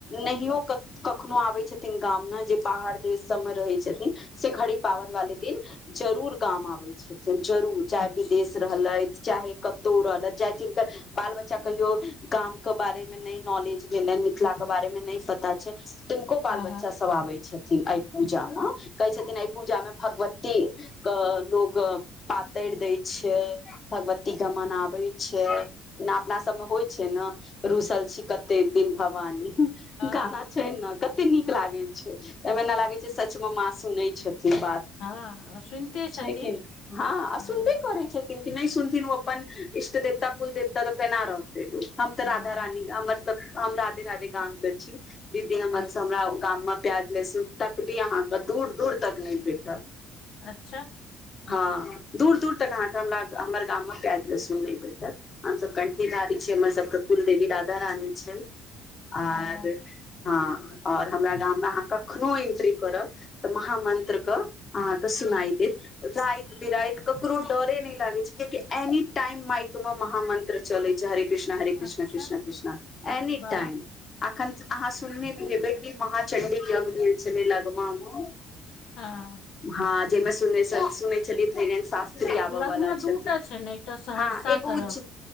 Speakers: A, on the left (about 25°); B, on the left (about 60°).
A: नहियो कखनो आबै छथिन गाममे जे बाहर देश सभमे रहै छथिन से घड़ी पाबन वाले दिन जरूर गाम आबै छथिन जरूर चाहे
B: अच्छा
A: विदेश रहलथि चाहे कतहु रहलथि चाहे जिनकर बाल बच्चा कहियो काम के बारे मे नहि नॉलेज भेलै मिथिला के बारे मे नहि पता छै तनको बाल
B: हँ
A: बच्चा
B: हँ
A: सब आबै छथिन एहि पूजा मे कहै छथिन एहि पूजा मे भगवती क लोकग पातरि दै छै भगवतीक के मनाबै छै अपना सबमे होइ छै ने रूसल छी कते दिन भवानी
B: हँ
A: गाना छै ने कते नीक लागै छै एहिमे न लागे छै सच म माँ सुनै छथिन बात
B: हँ सुनिते छथिन
A: छै कि हँ
B: हँ
A: सुनबे करै छथिन कि नहि सुनथिन अपन इष्ट देवता कुल देवता तऽ केना रहते तू हम तऽ
B: हँ
A: राधा रानी हमर त हम राधे राधे गाम प छी द दिनमर
B: अच्छा
A: हमरा गाम मे प्याज लेस तक भी अहाँके दूर दूर तक नहि भेटल
B: अच्छा
A: हाँ दूर दूर तक अहाँ केँ हमरा हमर गाम मे प्याज लहसुन नहि भेटत हम सभ कंठीधारी छियै हमर सब केँ कुल देवी राधा रानी छै आर
B: ओ
A: हाँ आओर हमरा गाम मे अहाँ कखनो एन्ट्री करब तऽ महामन्त्र क अहाँक सुनाय देत राति बिराति ककरो डरे नहि लागे छै कियाकि एनी टाइम माइक मे महामं त्र चलै छै हरे कृष्ण हरे कृष्ण
B: अच्छा
A: कृष्ण कृष्ण एनी
B: वाह
A: टाइम अखन अहाँ सुनने हेबै कि महाचंडी यज्ञ भेल छलै लगमा मे
B: हँ
A: हाँ जाहिमे सुनै छ सुनै छलियै धीरेन्द्र शास त्री आबऽ
B: लगमे
A: वाला
B: दूटा
A: छथि
B: छै ने एकटा सहरसा
A: हाँ एगो
B: तरफ
A: उज